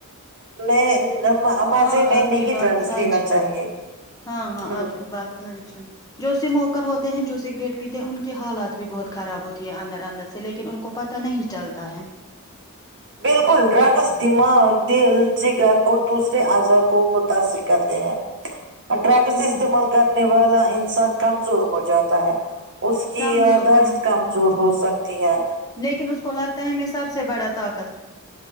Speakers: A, on the right; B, on the left.
A: میں <unintelligible> مزے
B: ہاں
A: میں
B: آپ
A: نہیں
B: کی بات
A: ڈرگس
B: سچ
A: لینا
B: ہے
A: چاہیے
B: ہاں ہاں
A: ہ
B: آپ کی بات سچ ہے جو سموکر ہوتے ہیں جو سگریٹ پیتے ہیں ان کی حالات بھی بہت خراب ہوتی ہے اندر اندر سے لیکن ان کو پتہ نہیں چلتا ہے
A: بالکل ڈرگز دماغ دل جگر اور دوسرے اعضاء کو متاثر کرتے ہیں ڈرگس
B: ہوں
A: استعمال کرنے والا انسان کمزور ہو جاتا ہے اس کی
B: کمزور
A: یاداشت
B: ہاں
A: کمزور ہو سکتی ہے
B: لیکن اس کو لگتا ہے میں سب سے بڑا تق